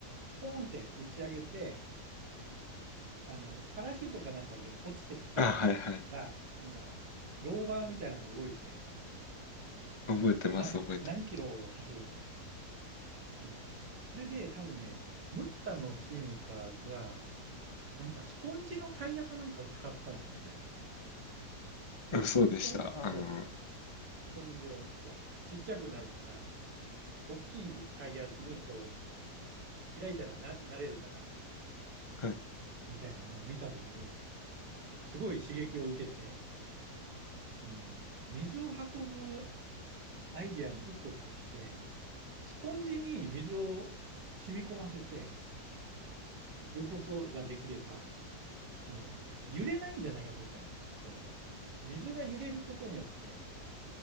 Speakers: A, on the right (about 85°); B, on the left (about 30°).
A: ポーンって打ち上げて、あの、パラシュートかなんかで落ちてきたら、
B: あ、はいはい。
A: なんか、ローバーみたいなのが動いて、あの、
B: 覚えてます、
A: 何、
B: 覚えてます。
A: 何キロを走るみたいな。あの、それで多分ね、ムッタのチームかが、なんかスポンジのタイヤかなんかを使ったんだよね、なんか。
B: うんそうでした。
A: スポン、
B: あの、
A: そう、スポンジを、そう、ちっちゃくなるから、大きいタイヤにこう、開いたらな、なれるから、
B: はい、
A: みたいなのを見たときに、すごい刺激を受けて、その、水を運ぶアイデアの一個として、スポンジに水を染み込ませてることができれば、あの、揺れないんじゃないかと思ったのよ。その、水が揺れることによって、